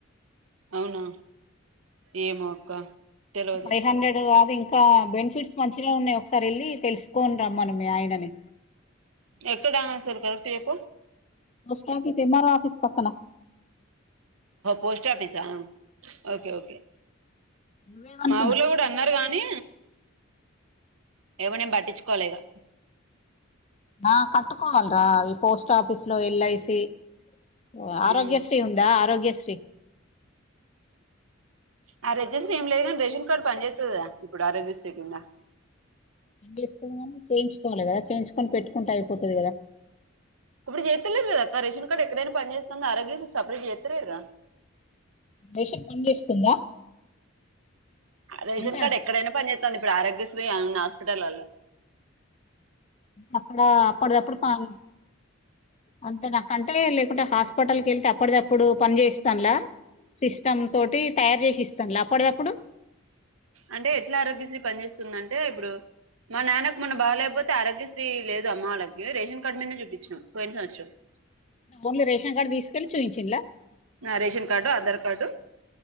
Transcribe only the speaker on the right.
అవునా ఏమో అక్క తెలవదు
ఎక్కడ అసలు కరెక్ట్ చెప్పు
పోస్ట్ ఆఫిస ఓకే ఓకే
వులో కూడా అన్నరు గాని ఏమో నేను పట్టించుకోలే ఇగా
ఉమ్
ఆ రిజిస్టర్ ఏం లేదు ని రేషన్ కార్డు పని చేస్తది. గా ఇప్పుడు ఆ రిజిస్టర్ కింద
అప్పుడు చెత్తలేరు కదా అ రేషన్ కార్డు ఎక్కడైనా పనీ చేస్తుంది ఆరోగ్య శ్రీ సెపరేట్ చేస్తలేరుగా
రేషన్
కార్డు ఎక్కడైనా పని చేస్తుంది ఇప్పుడు ఆరోగ్యశ్రీ ఉన్న హాస్పిటల్లో
అంటే ఎట్లా ఆరోగ్యశ్రీ పనిచేస్తుందంటే ఇప్పుడు మా నాన్నకు మొన్న బాగాలేకపోతే ఆరోగ్యశ్రీ లేదు అమ్మ వాళ్ళకి రేషన్ కార్డ్ మీదనే చూపించినాం పోయిన సంవత్సరం <inaudible>
రేషన్ కార్డు ఆధార్ కార్డు